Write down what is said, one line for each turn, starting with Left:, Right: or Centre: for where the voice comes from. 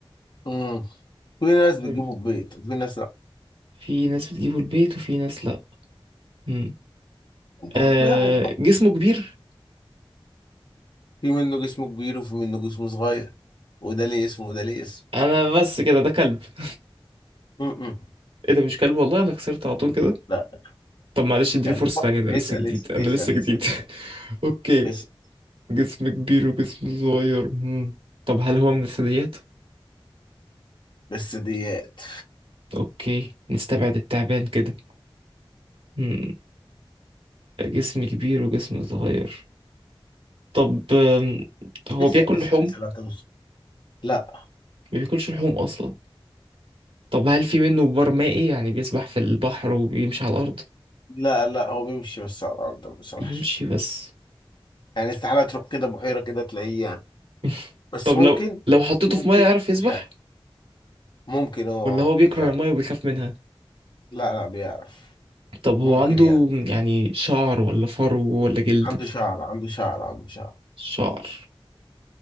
Left: امم في ناس بتجيبه
Right: أيوة.
Left: البيت وفي ناس لا
Right: في ناس بتجيبه البيت وفي ناس لا
Left: انت
Right: آه
Left: ودماغك بقى
Right: جسمه كبير
Left: في منه جسمه كبير وفي منه جسمه صغير وده ليه اسم وده ليه اسم
Right: انا بس كده ده كلب <laughs>
Left: م-م.
Right: ايه ده مش كلب والله انا خسرت على طول كده
Left: لا
Right: طب معلش
Left: مش
Right: اديني
Left: كلب
Right: فرصة تانية انا
Left: اسأل
Right: لسه جديد
Left: اسأل
Right: انا
Left: اسأل
Right: لسه جديد
Left: اسأل ماشي.
Right: <laughs> اوكي
Left: اسأل
Right: جسم كبير وجسم صغير مم. طب هل هو من الثدييات
Left: بس ديات
Right: اوكي نستبعد التعبان كده مم. جسم كبير وجسم صغير طب آم، هو
Left: اسأل
Right: بياكل
Left: اسأل
Right: لحوم
Left: اسأل هتوصل لا
Right: ما بياكلش لحوم اصلا طب هل في منه بار مائي يعني بيسبح في البحر وبيمشي على الارض
Left: لا لا هو بيمشي بس على الأرض ما بيسرحش
Right: بيمشي بس
Left: يعني استحالة تروح كده بحيرة كده تلاقيه يعني
Right: <laughs>
Left: بس
Right: طب
Left: ممكن
Right: لو لو حطيته
Left: ممكن
Right: في ميه يعرف يسبح
Left: مش عارف ممكن اه
Right: ولا
Left: آه،
Right: هو بيكره
Left: يعرف
Right: الميه وبيخاف منها
Left: لا لا بيعرف
Right: طب هو
Left: ممكن
Right: عنده
Left: يعرف
Right: يعني شعر ولا فرو ولا جلد
Left: عنده شعر عنده شعر عنده شعر
Right: شعر